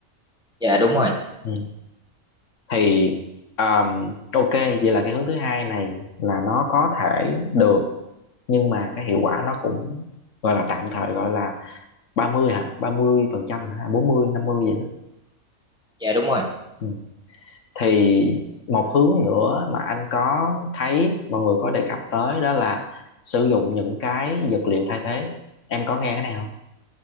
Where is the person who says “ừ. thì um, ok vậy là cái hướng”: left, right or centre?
Left